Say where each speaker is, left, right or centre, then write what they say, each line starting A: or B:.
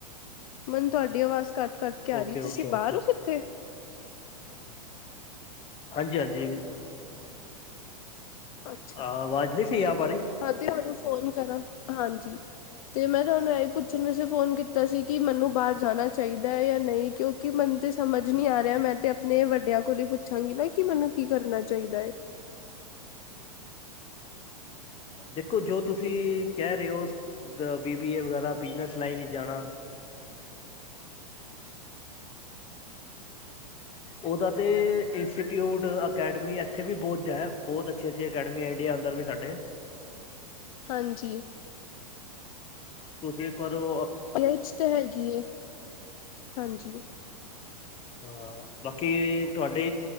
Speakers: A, on the left (about 60°); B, on the left (about 25°).
A: ਮੈਨ ਤੂਆਡੀ ਅਵਾਜ ਕਾੱਟ ਕਾੱਟ ਕੇ ਆਰੀ
B: ਓਕੇ
A: ਏ,
B: ਓਕੇ
A: ਤੂਸੀ
B: ਓਕੇ
A: ਬਾਰ ਓ ਕਿੱਥੇ?
B: ਹਾਂਜੀ, ਹਾਂਜੀ।
A: ਅੱਛਾ,
B: ਆਵਾਜ਼ ਨਹੀਂ ਸਹੀ ਆ ਪਾ ਰਹੀ
A: ਹਾਂ ਤੇ ਆਰੋ ਫੋਨ ਕਰਾਂ, ਹਾਂਜੀ। ਤੇ ਮੈਂ ਤੂਆਨੂੰ ਐਈ ਪੁੱਛਨ ਵਸੇ ਫੋਨ ਕੀਤਾ ਸੀ, ਕਿ ਮੈਨੂੰ ਬਾਰ ਜਾਣਾ ਚਾਈਦਾ ਐ ਯਾ ਨਹੀ, ਕਿਉਂ ਕਿ ਮੈਨ ਤੇ ਸਮਝ ਨੀ ਆ ਰੇਆ, ਮੈਂ ਤੇ ਅਪਨੇ ਵੱਡੇਆਂ ਕੋਲ ਈ ਪੁੱਛਾਂਗੀ ਨਾ ਕਿ ਮੈਨੂੰ ਕੀ ਕਰਨਾ ਚਾਈਦਾ ਏ?
B: ਦੇਖੋ ਜੋ ਤੂਸੀ ਕੈਅ ਰੇ ਓ, ਬੀਬੀ ਏ ਵਗੈਰਾ, ਬਿਜਨਸ ਲਾਈਨ ਇਚ ਜਾਣਾ <inaudible> <inaudible> ਓਦਾ ਤੇ ਇੰਸਟੀਟਿਊਟ, ਅਕੈਡਮੀ ਐਥੇ ਵੀ ਬੋਤ ਐ, ਬੋਤ ਛੀ, ਛੀ ਅਕੈਡਮੀਆਂ ਇੰਡੀਆ ਅੰਦਰ ਵੀ ਸਾਡੇ।
A: ਹਾਂਜੀ।
B: ਤੂਸੀ ਇਕ ਵਾਰ ਓ
A: ਟੀਆ ਇਚ ਤਾ ਹੈਗੀ ਐ, ਹਾਂਜੀ।
B: ਹਾ, ਬਾਕੀ ਤੂਆਡੀ